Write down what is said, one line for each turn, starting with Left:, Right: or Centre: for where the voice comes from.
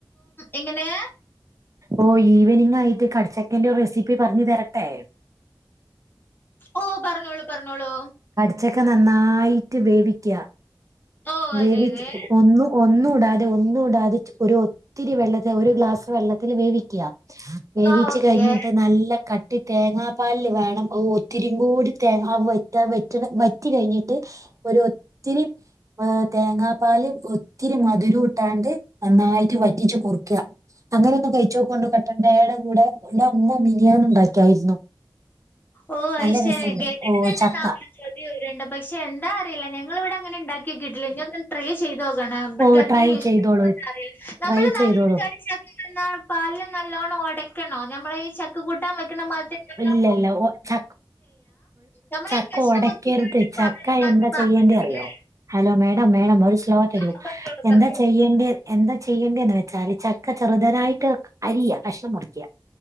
Left: എങ്ങനേ
Right: ഓ ഈവനിങ് ആയിട്ട് കടച്ചക്കന്റെ റെസിപ്പി പറഞ്ഞു തരട്ടെ
Left: ഓ പറഞ്ഞോളു പറഞ്ഞോളൂ
Right: ച്ചക്ക നന്നായിട്ട് വേവിക്കുക
Left: ഓ
Right: വേവിച്
Left: അതെ അതെ
Right: ഒന്നു ഒന്നൂടാതെ ഒന്നൂടാതെ ഒരു ഒത്തിരി വെള്ളത്തിൽ ഒരു ഗ്ലാസ് വെള്ളത്തിൽ വേവിക്ക വേവിച്ച്
Left: ആ ഓക്കെ.
Right: കഴിഞ്ഞിട്ട് നല്ല ക ട്ടി തേങ്ങാപ്പാല് വേണം ഒത്തിരി കൂടി തേങ്ങ താ വറ്റ്ണ് വറ്റി കഴിഞ്ഞിട്ട് ഒരു ഒത്തിരി തേങ്ങാപ്പാല് ഒത്തി രി മധുരു ഇട്ടാണ്ട് നന്നായിട്ട് വറ്റച്ച് കുർക്ക അങ്ങനൊന്നു കഴിച്ചോക്കൊണ്ട് കട്ടൻ ചായുടെ കൂടെ ഇടെ അമ്മ മിനിയാന്ന് ഉണ്ടാക്കിയായിരുന്നു
Left: ഓ അത്ശരി
Right: നല്ല രസമുണ്ട്
Left: കേട്ടിട്ട്
Right: ഓ
Left: നല്ല
Right: ചക്ക
Left: ന ആ ചരുണ്ട് പക്ഷെ എന്താ അറിയില്ല ഞങ്ങൾ ഇവിടെ അങ്ങനെ ഉണ്ടാക്കിക്കിയിട്ടില്ല ഇനി ഒന്ന് ട്രൈ ചെയ്തോക്കണം ഇബട്താർക്ക്
Right: ഓ ട്രൈ
Left: ഇഷ്ടപ്പെടോന്നറിയില്ല
Right: ചെയ്തോളൂ
Left: നമ്മള്
Right: ട്രൈ
Left: <unintelligible>
Right: ചെയ്തോളൂ
Left: ന്നാ പാലില് നല്ലോണ്ണം ഒടക്കണോ ഞമ്മളെ ഈ ചക്ക കൂട്ടാൻ വെക്ക്ണ മാതിരി അല്ലല്ലോ
Right: ല്ലല്ല ഒ ച
Left: നമ്മളീ
Right: ചക്ക
Left: കഷ്ണം
Right: ഒടക്കരുത്
Left: മുറിച്ചിക്കാണ്ട്
Right: ചക്ക
Left: പാലില് മാത്രം
Right: എന്താ
Left: പാർന്നാ
Right: ചെയ്യേണ്ടെ
Left: മതില്ലേ?
Right: അറിയോ ഹലോ മേ ടം മേടം ഒരു സ്ളോ തരൂ
Left: ആ പറഞ്ഞോളൂ
Right: എന്താ
Left: പറഞ്ഞോളൂ.
Right: ചെയ്യേണ്ടി എന്താ ചെയ്യേ ണ്ടേന്ന് വെച്ചാല് ചക്ക ചെറുതനായിട്ട് അരിയ കഷ്ണം മുറിക്ക